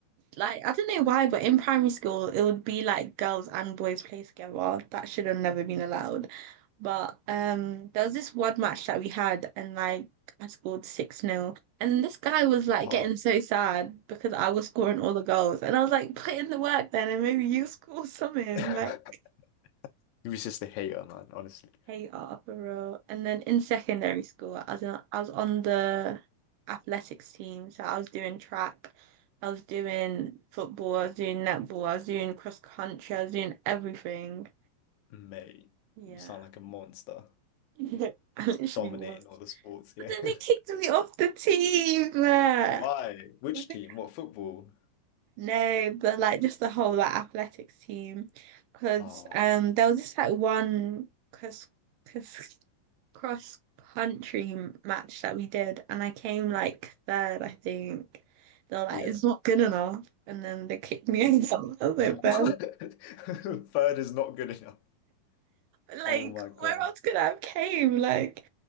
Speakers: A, on the right; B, on the left.
A: like I don't know why, but in primary school it would be like girls and boys play together. That should have never been allowed. But um there was this one match that we had and like I scored 6 nil, And this guy was like
B: What?
A: getting so sad because I was scoring all the goals. And I was like, put in the work then and maybe you <laughs> score something.
B: <laughs>
A: Like
B: He was just a hater, man, honestly.
A: Hey Attleboro. And then in secondary school, I was in, I was on the athletics team. So I was doing track, I was doing football, I was doing netball, I was doing cross country, I was doing everything.
B: Mate,
A: Yeah.
B: you sound like a monster.
A: <laughs> I
B: Just
A: literally
B: dominating
A: was.
B: all the sports, yeah.
A: But then they kicked
B: <laughs>
A: me off the team. uh,
B: Why?
A: I
B: Which
A: think
B: team? What football?
A: No, but like just the whole like athletics team, because
B: Ah,
A: um there was this like one cross cross cross country match that we did, and I came like
B: yeah.
A: third, I think. They're like,
B: Yeah.
A: it's not good enough, and then they kicked me out. <laughs> I was like,
B: <laughs>
A: "Well,"
B: What? <laughs> Third is not good enough.
A: like
B: Oh my God.
A: where else could I have came? Like,